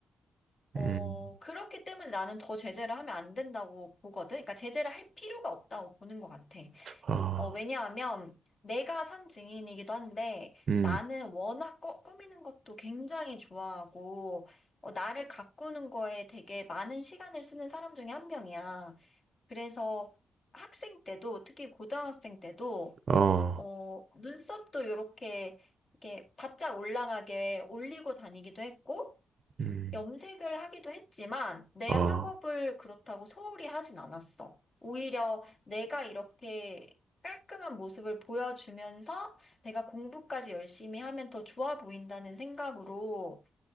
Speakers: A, on the left (about 40°); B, on the right (about 60°).
A: 어,
B: 음,
A: 그렇기 때문에 나는 더 제재를 하면 안 된다고 보거든. 그러니까 제재를 할 필요가 없다고 보는 것 같아.
B: 어,
A: 어, 왜냐하면 내가 산 증인이기도 한데
B: 음,
A: 나는 워낙 꿔- 꾸미는 것도 굉장히 좋아하고 어, 나를 가꾸는 거에 되게 많은 시간을 쓰는 사람 중에 한 명이야. 그래서 학생 때도 특히 고등학생 때도
B: 어,
A: 어, 눈썹도 이렇게 이렇게 바짝 올라가게 올리고 다니기도 했고
B: 음,
A: 염색을 하기도 했지만 내
B: 어,
A: 학업을 그렇다고 소홀히 하진 않았어. 오히려 내가 이렇게 깔끔한 모습을 보여주면서 내가 공부까지 열심히 하면 더 좋아 보인다는 생각으로